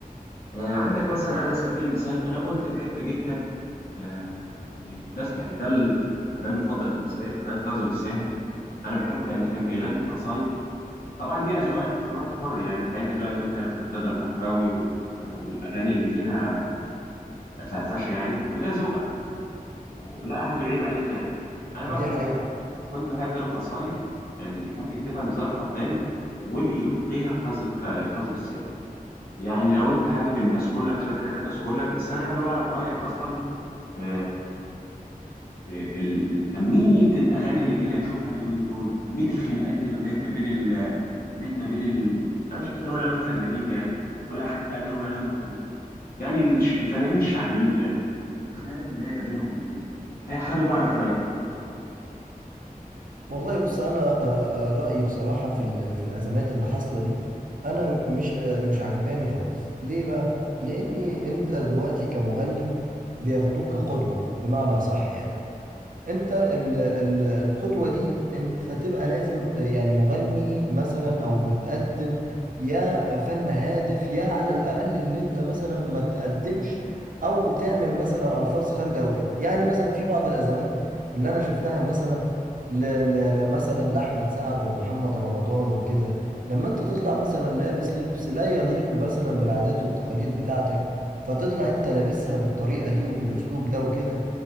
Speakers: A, on the left (about 80°); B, on the right (about 65°).
A: آه عندك مثلا على سبيل المثال أنا كنت بحب جدا آه من الناس يعني ده الفنان المفضل بالنسبة لي فنان كاظم الساهر أنا بحبه لأن كان بيغني قصايد طبعا دي أذواق كل واحد حر يعني يعني أنت دلوقتي قلت أنا بحب رضا البحراوي و... و- والأغاني اللي فيها فرفشة يعني وده ذوقك ولا احد يعيب عليك يعني انا بقى
B: دي
A: كنت
B: حقيقة
A: بحب كنت بحب القصايد اللي كان بيكتبها نزار قباني وبيلقيها قز- ك- كاظم الساهر يعني لو انت حابب ان اذكر لك شويه حاجات اذكر لك بس انا حابب اعرف رايك اصلا في في ال... ال- كميه الاغاني اللي بقينا نشوفها اليومين دول وكميه الخناقات اللي ما بقت ما بين ال... بقت ما بين ال... انا مش قادر اقول عليهم فنانين يعني ولا حتى قادر اقول عليهم مطربين يعني الش- الفنانين الشعبيين يعني الخناقات اللي دايره بينهم اليومين دول حابب اعرف رايك فيها
B: والله بص انا آه، آه، رايي بصراحه في ال- في الازمات اللي حاصله دي انا مش آه، مش عجباني خالص ليه بقى لاني انت دلوقتي كمغني بياخدوك كقدوه بمعنى صح يعني انت ال ال القدوة دي انت تبقى لازم آه، يعني مغني مثلا او بتقدم يا فن هادف يا على الاقل اللي انت مثلا ما تقدمش او تعمل مثلا الفاظ خارجة او كده يعني مثلا في بعض الازمات اللي انا شفتها مثلا ل ل ل- مثلا لاحمد سعد ومحمد رمضان وكده لما انت تطلع مثلا لابس لبس لا يليق مثلا بالعادات والتقاليد بتاعتك فتطلع انت لابسها بالطريقة دي وبالاسلوب ده وكده